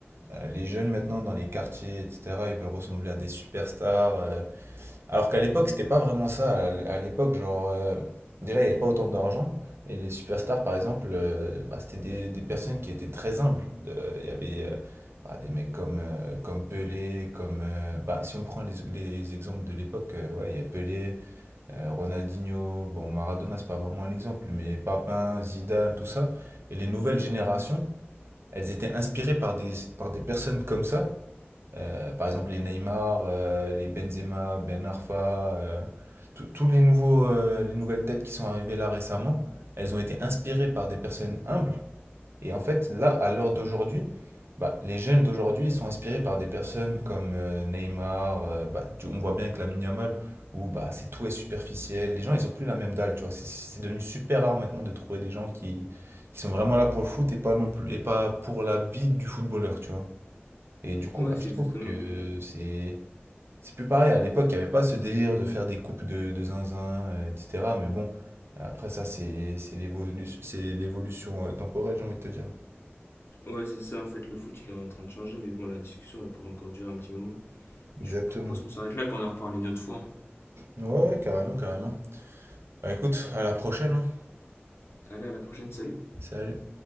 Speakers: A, on the right; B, on the left.
A: Euh, les jeunes maintenant dans les quartiers, etc., ils veulent ressembler à des superstars. euh, alors qu'à l'époque, c'était pas vraiment ça. À à l'époque, genre, euh, déjà, il n'y avait pas autant d'argent. Et les superstars, par exemple, euh, bah, c'était des, des personnes qui étaient très humbles. Euh, Il y avait euh, bah, des mecs comme, euh, comme Pelé, comme. euh, bah, si on prend les, les exemples de l'époque, euh, ouais, il y avait Pelé, euh, Ronaldinho, bon, Maradona, c'est pas vraiment un exemple, mais Papin, Zidane, tout ça. Et les nouvelles générations, elles étaient inspirées par des, par des personnes comme ça euh, par exemple, les Neymar, euh, les Benzema, Ben Arfa, euh, tous tous les nouveaux, euh, les nouvelles têtes qui sont arrivées là récemment, elles ont été inspirées par des personnes humbles. Et en fait, là, à l'heure d'aujourd'hui, bah, les jeunes d'aujourd'hui, ils sont inspirés par des personnes comme euh, Neymar. euh, bah, tu- on voit bien avec Lamine Yamal, où bah, c'est tout est superficiel. Les gens, ils ont plus la même dalle, tu vois. C'est c'est devenu super rare maintenant de trouver des gens qui, qui sont vraiment là pour le foot et pas, non plus, et pas pour la vie du footballeur, tu vois. Et du coup,
B: Ouais,
A: bah,
B: c'est
A: je trouve
B: exactement.
A: que c'est c'est plus pareil. À l'époque, il n'y avait pas ce délire de faire des coupes de, de zinzin, euh, etc. Mais bon, après ça, c'est c'est l'évolution, c'est l'évolution euh, temporelle, j'ai envie de te dire.
B: Ouais, c'est ça en fait. Le foot, il est en train de changer, mais bon, la discussion, elle pourrait encore durer un petit moment.
A: Exactement.
B: Je propose qu'on s'arrête là, qu'on en reparle une autre fois.
A: Ouais, ouais, carrément, carrément. Bah écoute, à la prochaine. hein.
B: Allez, à la prochaine, salut!
A: Salut.